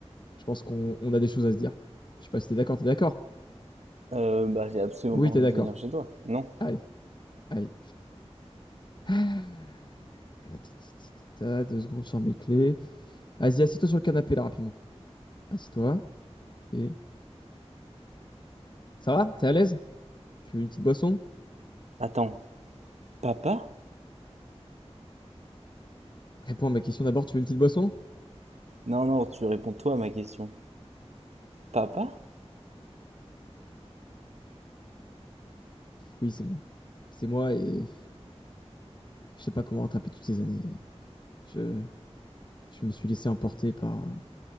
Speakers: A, on the left (about 45°); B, on the right (about 85°).
A: Je pense qu'on on a des choses à se dire. Je sais pas si t'es d'accord, t'es d'accord?
B: Euh, bah, j'ai absolument
A: Oui,
B: pas envie
A: t'es d'accord.
B: de venir chez toi. Non.
A: Allez, allez. Ah, ta, ta, ta, ta, ta, Deux secondes sur mes clés. Vas-y, assis-toi sur le canapé là rapidement. Assis-toi. Ok. Ça va? T'es à l'aise? Tu veux une petite boisson?
B: Attends, papa?
A: Réponds à ma question d'abord, tu veux une petite boisson?
B: Non, non, tu réponds toi à ma question. Papa?
A: Oui, c'est moi. C'est moi et je sais pas comment rattraper toutes ces années. Je, je me suis laissé emporter par,